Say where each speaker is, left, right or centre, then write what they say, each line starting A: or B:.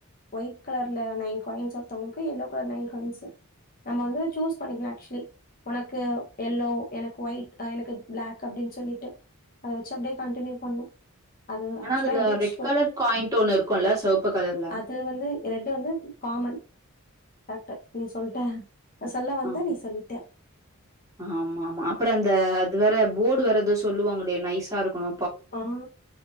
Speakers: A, on the left (about 40°); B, on the right (about 15°).
A: white கலர்ல நைன் காய்ன்ஸ் ஒருத்தங்களுக்கு எல்லோ கலர் நைன் காய்ன்ஸ் நம்ம வந்து சூஸ் பண்ணிக்கலா ஆக்சுலி உனக்கு எல்லோ எனக்கு ஒயிட் எனக்கு ப்ளக் அப்டின்னு சொல்லிட்டு அத வச்சி அப்டியே கண்டின்யூ பண்ணு அது
B: ஆனா
A: ஆக்சுவலா
B: அதுல
A: எப்டியேச்
B: ரெட் கலர் காயாண்ட் ஒண்ணு இருக்குல்ல சவப்பு கலர்ல
A: அது வந்து ரெட்டு வந்து காமன் கரெக்ட் நீ சொல்ட்ட நா சொல்ல வந்த
B: ஆ
A: நீ சொல்லிட்ட
B: ஆமாமா அப்புறோ அந்த அது வேற போர்டு வேற எதோ சொல்லுவாங்களே நைஸா இருக்கணு
A: அம்